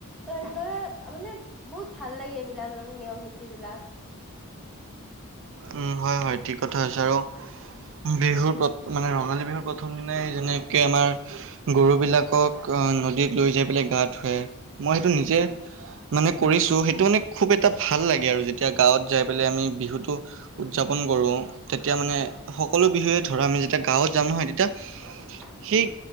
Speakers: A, in the centre; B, on the right.
A: তো এনেদৰে মানে বহুত ভাল লাগে এইবিলাক নিয়ম নীতিবিলাক।
B: উম, হয় হয়, ঠিক কথা হৈছে আৰু বিহুৰ প- মানে ৰঙালী বিহুৰ প্ৰথম মানে যেনেকে আমাৰ গৰুবিলাকক অ' নদীত লৈ পেলাই গা ধুৱে, মই সেইটো নিজে মানে কৰিছোঁ। সেইটো মানে খুব এটা ভাল লাগে আৰু যেতিয়া গাঁৱত যাই পেলাই আমি বিহুটো উদযাপন কৰোঁ, তেতিয়া মানে সকলো বিহুৱে ধৰা আমি যেতিয়া গাঁৱত যাম নহয় তেতিয়া
A: <unintelligible>
B: সেই